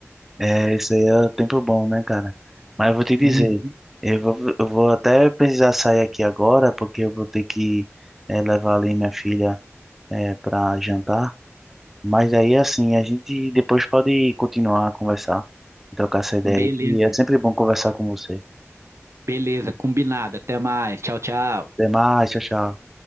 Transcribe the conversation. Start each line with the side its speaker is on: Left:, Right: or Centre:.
Centre: É, isso aí é tempo bom, né, cara? Mas eu vou te dizer,
Right: Uhum.
Centre: eu vou, eu vou até precisar sair aqui agora, porque eu vou ter que eh, levar ali minha filha eh, pra jantar. Mas aí, assim, a gente depois pode continuar a conversar e trocar essa ideia
Right: Beleza,
Centre: aí, que é
Right: então.
Centre: sempre bom conversar com você.
Right: Beleza, combinado. Até mais. Tchau, tchau.
Centre: Até mais, tchau, tchau.